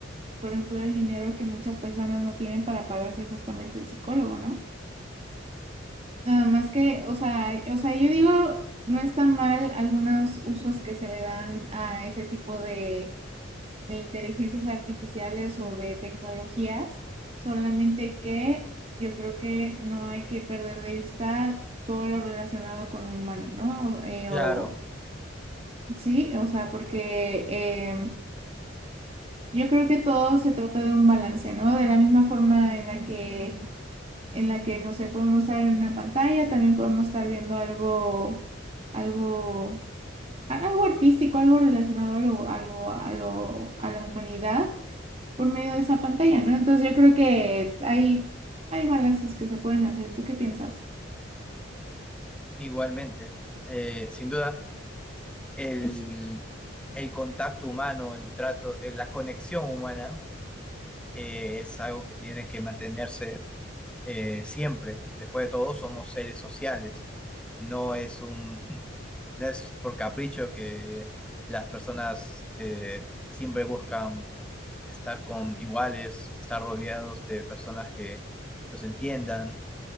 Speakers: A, on the right; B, in the centre.
A: por ejemplo, el dinero que muchas personas no tienen para pagarse justamente el psicólogo, ¿no? Nada más que, o sea, o sea, yo digo, no está mal algunos usos que se le dan a ese tipo de, de inteligencias artificiales o de tecnologías, solamente que yo creo que no hay que perder de vista todo lo relacionado con lo humano, ¿no? O, eh,
B: Claro,
A: o- sí, o sea, porque em, yo creo que todo se trata de un balance, ¿no? De la misma forma en la que en la que, no sé, podemos estar en una pantalla, también podemos estar viendo algo, algo, algo artístico, algo relacionado a lo, a lo, a lo, a la humanidad por medio de esa pantalla, ¿no? Entonces yo creo que hay, hay balances que se pueden hacer. ¿Tú qué piensas?
B: igualmente, eh, sin duda, el, el contacto humano, el trato, eh, la conexión humana eh, es algo que tiene que mantenerse eh, siempre. Después de todo, somos seres sociales. No es un, no es por capricho que las personas eh, siempre buscan estar con iguales, estar rodeados de personas que los entiendan.